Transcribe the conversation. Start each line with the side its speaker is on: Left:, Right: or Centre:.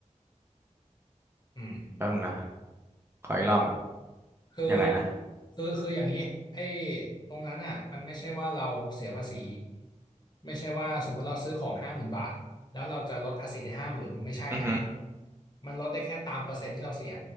Left: อืม
Right: แป๊บนึงนะขออีกรอบหนึ่ง
Left: คือ
Right: ยังไงนะ
Left: คือคืออย่างนี้ไอ้ตรงนั้นอ่ะมันไม่ใช่ว่าเราเสียภาษีไม่ใช่ว่าสมมติเราซื้อของห้าหมื่นบาทแล้วเราจะลดภาษีได้ห้าหมื่นไม่ใช่นะ
Right: อือฮึ
Left: มันลดได้แค่ตามเปอร์เซ็นต์ที่เราเสีย